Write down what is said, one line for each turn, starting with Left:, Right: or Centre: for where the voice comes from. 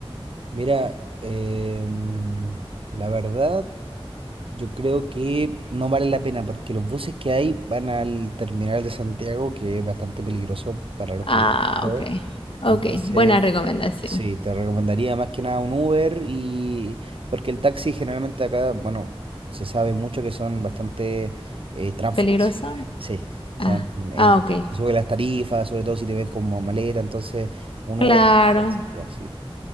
Right: mira, em, la verdad, yo creo que no vale la pena porque los buses que hay van al terminal de Santiago, que es bastante peligroso para los turistas.
Left: Ah,
Right: luego.
Left: ok, ok,
Right: Entonces,
Left: buena recomendación.
Right: Sí, te recomendaría más que nada un Uber y porque el taxi generalmente acá, bueno, se sabe mucho que son bastante eh, tránsfugos.
Left: ¿Peligroso?
Right: <laughs> Sí, son,
Left: Ah,
Right: eh,
Left: ah, ok.
Right: te suben las tarifas, sobre todo si te ven como maleta, entonces un
Left: Claro,
Right: Uber, sí.